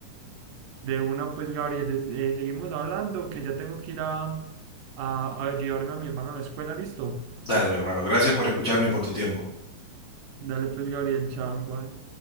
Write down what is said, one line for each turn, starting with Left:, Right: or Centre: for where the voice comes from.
Right: De una, pues, Gabriel, es- eh, seguimos hablando, que ya tengo que ir a, a, a llevarme a mi hermano a la escuela, listo.
Left: Dale, mi hermano, gracias por escucharme y por tu tiempo.
Right: Dale, pues, Gabriel, chao, igual.